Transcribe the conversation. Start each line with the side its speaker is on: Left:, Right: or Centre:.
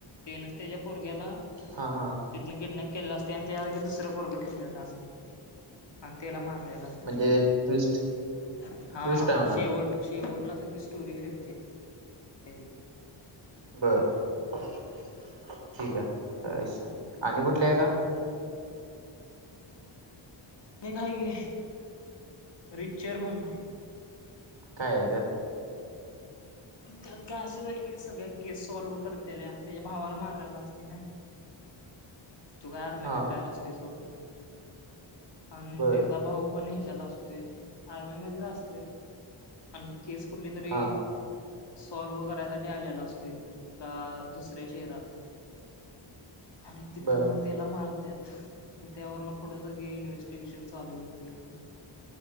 Left: तेनच तेज्या पोरग्याला
Right: हा हा
Left: तिथनं किडनॅप केलेलं असतंय आणि त्या जागी दुसरं पोरग ठेवलेलं असतंय आणि त्याला मारलेला <unintelligible>
Right: म्हणजे ट्विस्ट
Left: हा
Right: ट्विस्ट आहे म्हणाला
Left: शेवट-शेवटला सगळी स्टोरी फिरते. कधी
Right: बर ठीक आहे काय विषय नाही आणि कुठली हाय का?
Left: एक आहे की रिचर म्हणून हाय.
Right: काय आहे त्यात?
Left: त्यात काय असेच की सगळ्या केस सॉल्व करतेल्या, त्याच्या भावाला मारलेला असतंय ना. त्यो काय आर्मी
Right: हा
Left: रिटायर्ड असतोय सोड. आणि
Right: बर
Left: त्याचा भाऊ पण ह्याच्यात असतोय, आर्मीमध्येच असतोय. आणि केस कुठली तरी
Right: हा
Left: सॉल्व करायसाठी आलेला असतो‌य त्यो एका दुसऱ्या शहरात. आणि तिथं
Right: बर
Left: मत तेला मारत्यात मग त्यावरन पुढं सगळी इन्व्हेस्टिगेशन चालू होत्या.